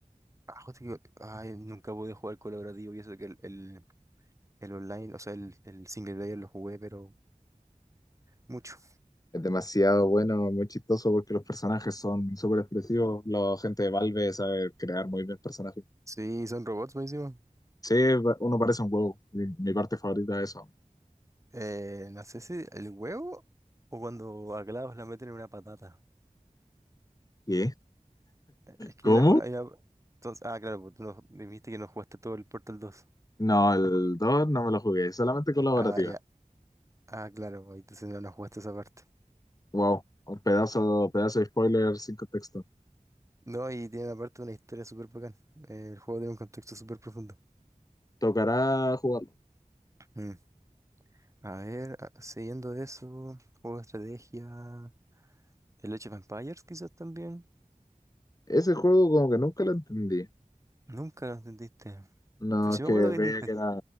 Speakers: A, on the right (about 20°); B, on the left (about 25°).
A: ah, justo que- ay, nunca pude jugar colaborativo y eso que el, el, el online, o sea, el, el single player lo jugué, pero mucho.
B: Es demasiado bueno, muy chistoso porque los personajes son súper expresivos. La gente de Valve sabe crear muy bien personajes.
A: Sí, son robots buenísimo.
B: Sí, va- uno parece un huevo. Mi, mi parte favorita de eso.
A: Eh, no sé si el huevo o cuando a Clavos la meten en una patata.
B: ¿Qué?
A: Es que
B: ¿Cómo?
A: una- hay una- entonces, ah, claro, pues tú no, dijiste que no jugaste todo el Portal dos
B: No, el 2 no me lo jugué, solamente colaborativa.
A: Ah, ya. Ah, claro, pues, entonces no, no jugaste esa parte.
B: Wow, un pedazo, pedazo de spoiler sin contexto.
A: No, y tiene aparte una historia súper bacán. Eh, El juego tiene un contexto súper profundo.
B: Tocará jugarlo.
A: Mm. A ver, a- siguiendo de eso, juego de estrategia. El Age of Empires quizás también.
B: Ese juego como que nunca lo entendí.
A: Nunca lo entendiste.
B: No,
A: Pero sí
B: es
A: me
B: que
A: acuerdo que
B: veía
A: te intenté,
B: que era,